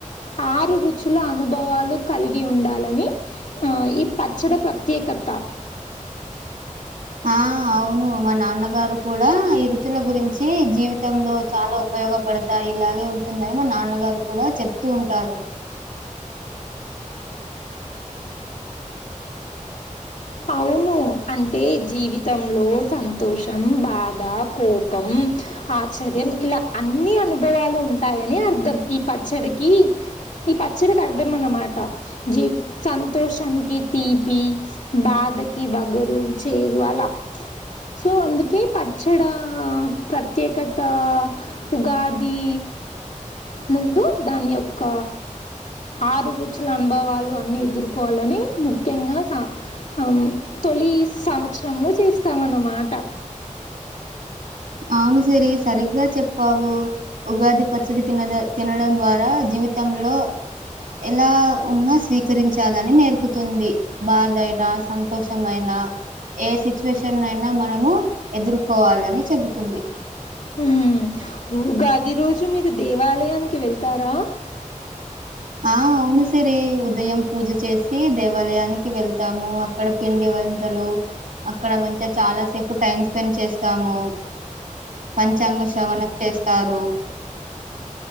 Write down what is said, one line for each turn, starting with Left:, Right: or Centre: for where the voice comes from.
Left: ఆరు రుచుల అనుభవాలు కలిగి ఉండాలని ఆ ఈ పచ్చడి ప్రత్యేకత
Right: ఆ అవును మా నాన్నగారు కూడా ఈ రుచుల గురించి జీవితంలో చాలా ఉపయోగపడతాయి ఇలాగే ఉంటుందని మా నాన్నగారు కూడా చెప్తూ ఉంటారు
Left: అవును అంటే జీవితంలో సంతోషం బాధ కోపం ఆశ్చర్యం ఇలా అన్ని అనుభవాలు ఉంటాయని అర్థం ఈ పచ్చడికి ఈ పచ్చడికి అర్థం అన్నమాట జీవి సంతోషంకి తీపి బాధకి బగరు చేరు అలా సో అందుకే పచ్చడి ప్రత్యేకత ఉగాది ముందు దాని యొక్క ఆరు రుచుల అనుభవాలు అన్నీ ఎదుర్కోవాలని ముఖ్యంగా సా ఆ తొలి సంవత్సరంలో చేస్తాం అన్నమాట
Right: అవును సిరి సరిగ్గా చెప్పావు ఉగాది పచ్చడి తిన తినడం ద్వారా జీవిత తంలో ఎలా ఉన్నా స్వీకరించాలని నేర్పుతుంది బాధయినా సంతోషమ అయినా ఏ సిచ్యువేషన్ అయినా మనము ఎదుర్కోవాలి అని చెబ తుంది
Left: మ్... ఉగాది రోజు మీరు దేవాలయానికి వెళ్తారా
Right: ఆ అవును సిరీ ఉదయం పూజ చేసి దేవాలయానికి వెళ్ తాము అక్కడ పిండి వంటలు అక్కడ మంచిగా చాలా సేపు టైమ్ స్పెండ్ చేస్తాము పంచాంగ శ్రవణం చేస్తారు